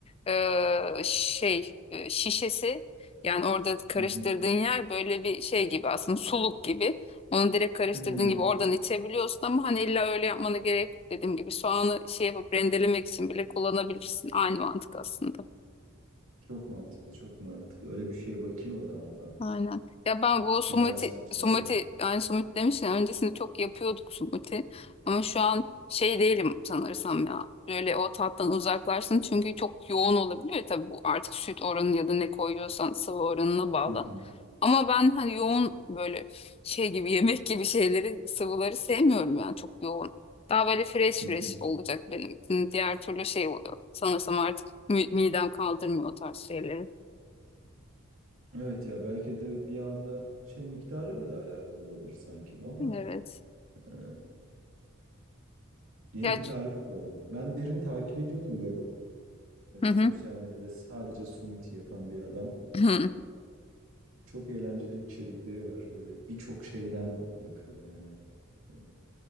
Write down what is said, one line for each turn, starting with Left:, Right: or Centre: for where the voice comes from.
Left: e, şey e, şişesi yani orada karıştırdığın
Right: Hı hı.
Left: yer böyle bir şey gibi aslında suluk gibi. Onu direkt karıştırdığın
Right: Hmm.
Left: gibi oradan içebiliyorsun ama hani illa öyle yapmana gerek yok dediğim gibi. Soğanı şey yapıp rendelemek için bile kullanabilirsin. Aynı mantık aslında.
Right: Çok mantıklı çok mantıklı. Öyle bir şeye bakayım o zaman ben.
Left: Aynen. Ya ben bu sumuti,
Right: Güzel smoothie'ler
Left: sumuti
Right: yapalım.
Left: yani sumuti demişken öncesinde çok yapıyorduk sumuti. Ama şu an şey değilim sanırsam ya. Böyle o tattan uzaklaşsın çünkü çok yoğun olabiliyor. Tabii bu artık süt oranı ya da ne koyuyorsan sıvı oranına bağlı.
Right: Hı hı.
Left: Ama ben hani yoğun böyle şey gibi <laughs> yemek gibi şeyleri sıvıları sevmiyorum yani çok yoğun. Daha böyle fresh
Right: Hı
Left: fresh
Right: hı.
Left: olacak benim için. Diğer türlü şey oluyor. Sanırsam artık mi- midem kaldırmıyor o tarz şeyleri.
Right: Evet ya belki de bir anda şey miktarıyla da alakalı olabilir sanki bu ama
Left: Evet.
Right: e, yeni
Left: Ya,
Right: bir tarif bulalım. Ben birini takip ediyordum böyle e,
Left: hı hı.
Right: sosyal medyada sadece smoothie yapan bir adam.
Left: Hı.
Right: Çok eğlenceli içerikleri var. Böyle birçok şeyden yapıyor yani. E,